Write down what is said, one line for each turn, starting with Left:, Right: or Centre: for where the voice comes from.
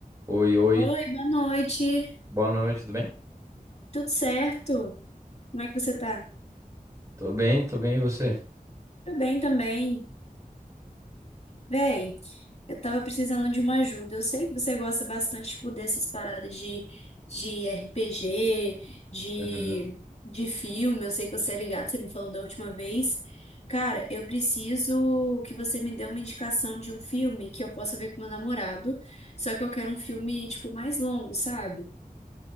Right: Oi, oi.
Left: Oi, boa noite.
Right: Boa noite, tudo bem?
Left: Tudo certo? Como é que você tá?
Right: Tô bem, tô bem, e você?
Left: Tô bem também. Véi, eu tava precisando de uma ajuda. Eu sei que você gosta bastante tipo, dessas paradas de, de RPG, de,
Right: Uhum.
Left: de filme. Eu sei que você é ligado, você me falou da última vez. Cara, eu preciso que você me dê uma indicação de um filme que eu possa ver com meu namorado. Só que eu quero um filme, tipo, mais longo, sabe?